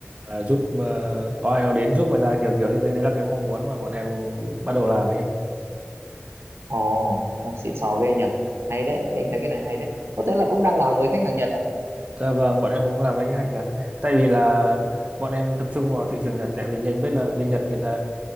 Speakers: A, on the right; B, on the right.
A: là giúp ờ, có ai đó đến giúp người ta kiểu kiểu như thế đấy là cái mong muốn mà bọn em bắt đầu làm ấy
B: ồ một xịn sò ghê nhở hay đấy cái anh thấy cái này hay đấy có thể là cũng đang làm với khách hàng Nhật à
A: Dạ vâng, bọn em cũng làm cái hàng Nhật. Tại vì là bọn em tập trung vào thị trường Nhật, tại vì nhanh biết là bên Nhật người ta